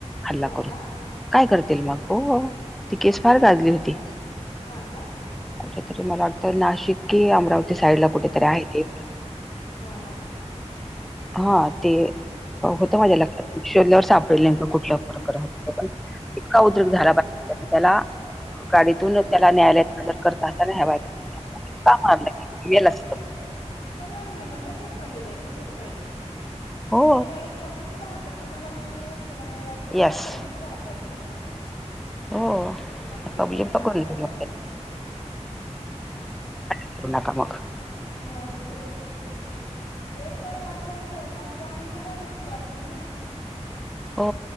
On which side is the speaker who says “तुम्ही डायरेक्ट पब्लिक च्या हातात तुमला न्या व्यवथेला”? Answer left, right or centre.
Left